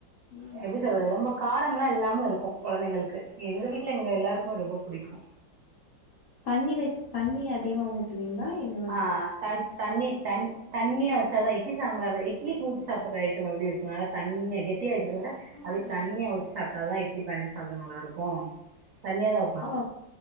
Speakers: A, on the left; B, on the right.
A: ம்
B: எப்டி
A: ம்
B: சொல்றது ரொம்ப காரம்லா இல்லாம இருக்கு குழந்தைங்களுக்கு எங்கள் வீட்ல எங்க எல்லாருக்குமே ரொம்ப புடிக்கு
A: தண்ணி வச் தண்ணி அதிகமா ஊத்துவீங்களா இல்
B: ஆ த தண்ணி தன் த தண்ணியா வச்சாதா இட்லிசாம்பாரு இ்ட்லிக்கு ஊத்தி சாப்பட்ற ஐட்டம் எப்டி இருக்கு நல்ல தண்ணியா கெட்டியா வக்கிறத விட
A: ம்
B: அப்டி தண்ணியா ஊத்தி சாப்ட்டாத தா இட்லி பெனஞ்சு சாப்ட்டாத நல்லா இருக்கு தண்ணியா தா
A: ஆமா